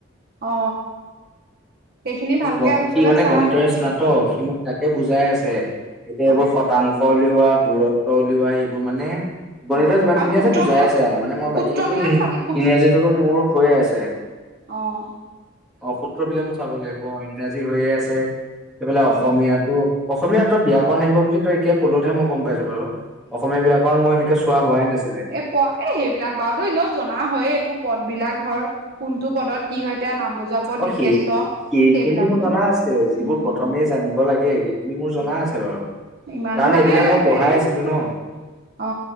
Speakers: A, on the right (about 50°); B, in the centre.
A: অ সেইখিনি
B: সি
A: ভালকে
B: গ
A: মুঠতে
B: সি মানে
A: চা
B: গণিতৰে
A: আৰু
B: স্নাতক, সি মোক তাকে বুজাই আছে। এতিয়া
A: অ
B: এইবোৰ শতাংশ উলিওৱা, দূৰত্ব উলিওৱা, এইবোৰ মানে গণিতৰ
A: অ
B: যিমান
A: আৰু
B: খিনি
A: সূত্ৰবিলাক
B: আছে বুজাই আছে আৰু, মানে মই
A: সূত্ৰবিলাক
B: বাকী
A: চাবি
B: ইংৰাজীতো মোৰ হৈয়ে আছে।
A: আহ।
B: অ সূত্ৰবিলাকো চাব লাগিব, ইংৰাজী হৈয়ে আছে, সেইফালে অসমীয়াটো
A: অ
B: অসমীয়া ত ব্যয়াকৰণ আহিব বুলি ত এতিয়া ক'লতহে মই গম পাইছো বাৰু, অসমীয়া ব্যয়াকৰণ মই এনেকে চোৱা হোৱাই নাছি
A: এ প এ সেইবিলাক বাৰু দই এনে জনা হয়ে তোক পদবিলাক ধৰ, কোনটো পদত কি হয়, এতিয়া নাম বুজোৱা পদ,
B: অ
A: বিশেষ্য
B: সেই সেইখিনি
A: সেইবিলাকতো
B: মোৰ জনা আছে, যিবোৰ
A: উম
B: প্ৰথমেই জানিব লাগে সেইখিনি
A: উম
B: মোৰ জনা আছে বাৰু।
A: ইমানো
B: কাৰণ
A: মানে
B: এইবিলাক মই পঢ়াই
A: বেৰি
B: আছিলো
A: নহয়,
B: ন
A: অ